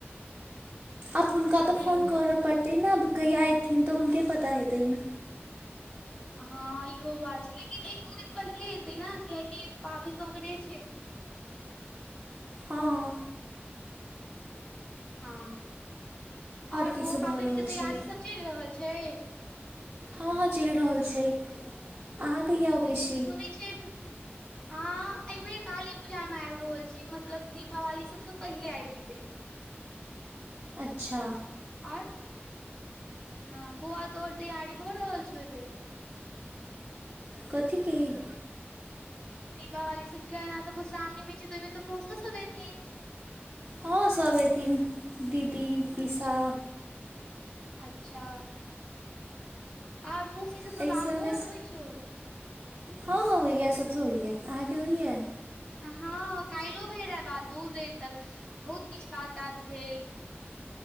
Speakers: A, on the right (about 25°); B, on the left (about 20°).
A: आब हुनका तऽ
B: हेलो
A: फोन करऽ पड़ तेनाब कहियआ अयथिन तऽ हुनके पता हेतनि
B: हँ इहो बात छै लेकिन एक दू दिन पहिले एेतै नऽ कियाकि पाबनि तऽ ओकरे छै
A: हँ हँ
B: हँ आओर
A: की
B: बऊआ
A: सब भऽ
B: पाबनिके
A: रहल छै
B: तैयारी सब चलि रहल छैय
A: हँ हँ चलि रहल छै अहाँ कहिया अबै छी
B: सुनै छिये अ एबेर काली पूजा में आब रहल छी मतलब दीपावली सबसऽ पहिले आबि जेबे <inaudible>
A: अच्छा
B: आर हँ बौआ तोहर तैयारी भऽ रहल छौ एहि बेर
A: कथि कहि
B: दीपावली सबकेना तऽ मधशावणी छै तऽ एहिमे तऽ मोसो सब एऐथिन
A: हँ सब एथिन दीदी पिसा
B: अच्छा अच्छा आओर मौसी सबसँ
A: एहि
B: बात
A: सभमे
B: होइ छौ
A: हँ हँ होइया सभसँ होइयएा अहाँके होइया
B: हँ काल्हिो भेल रहय बात बहुत देर तक बहुत किछु बात तात भेल